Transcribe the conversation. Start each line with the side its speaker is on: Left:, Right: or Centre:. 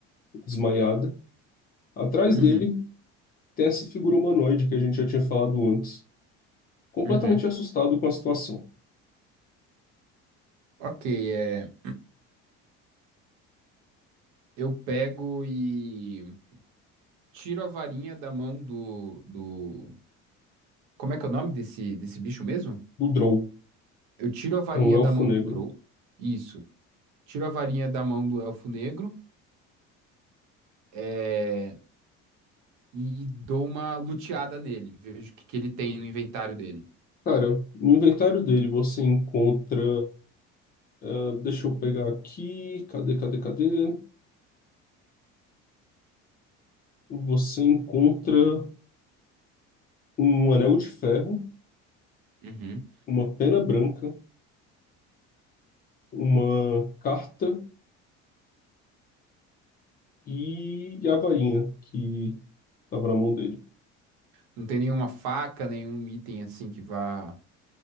Left: desmaiada. Atrás
Right: Uhum,
Left: dele tem essa figura humanoide que a gente já tinha falado antes, completamente
Right: uhum.
Left: assustado com a situação.
Right: Ok, é, eu pego e tiro a varinha da mão do, do... Como é que é o nome desse, desse bicho mesmo?
Left: Do Drow
Right: Eu tiro a varinha
Left: é um elfo
Right: da mão
Left: negro.
Right: do Drow. Isso. Tiro a varinha da mão do Elfo Negro, é, e dou uma luteada nele. Vejo o que, que ele tem no inventário dele.
Left: Cara, no inventário dele você encontra Ah, deixa eu pegar aqui. Cadê, cadê, cadê? Você encontra um anel de ferro,
Right: Uhum.
Left: uma pena branca, uma carta e a varinha que estava na mão dele.
Right: Não tem nenhuma faca, nenhum item assim que vá.